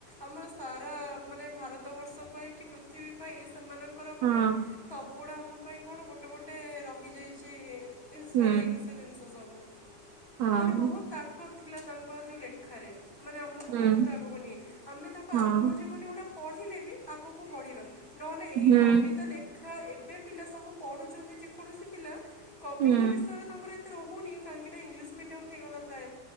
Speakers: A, on the left; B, on the right.
A: ଆମର ସାରା ମାନେ ଭାରତବର୍ଷ ପାଇଁ କି ପୃଥିବୀ ପାଇଁ ସେମାନଙ୍କର ମାନେ
B: ହଁ
A: ସବୁ ବୁଗୁଡା ଆମ ପାଇଁ କଣ ଗୋଟେ ଗୋଟ ତେ ରହିଯାଇଚି। ଇନ୍ସପାୟାର
B: ହୁଁ
A: ହେଇକି ସେ ଜିନିଷ ସବୁ।
B: ହଁ
A: ମାନେ ବହୁତ ତାକତ ଥିଲା ତାଙ୍କ ଯୋଉ ଲେଖାରେ ମାନେ ଆମୁକୁ
B: ହୁଁ
A: ବହୁତ ଆଗକୁ ନିଏ ଆମେ ତାଙ୍କ
B: ହଁ
A: ଆତ୍ମଜିବନୀ ଗୁଡ଼ା ପଢ଼ିଲେ ବି ଆଗୁକୁ ବଢ଼ିବା ନହେଲେ ଏଇ
B: ହୁଁ
A: କବିତା ଲେଖା ଏବେ ପିଲା ସବୁ ପଢୁ ଛନ୍ତି ଯେକୌଣସି ପିଲା କବିଙ୍କ
B: ହୁଁ
A: ବିଷୟରେ ତାଙ୍କର ଏ ଏତେ ରହୁନି କାହିଁକି ନା ଇଂଲିଶ ମିଡିୟମ ହେଇଗଲା ପ୍ରାୟ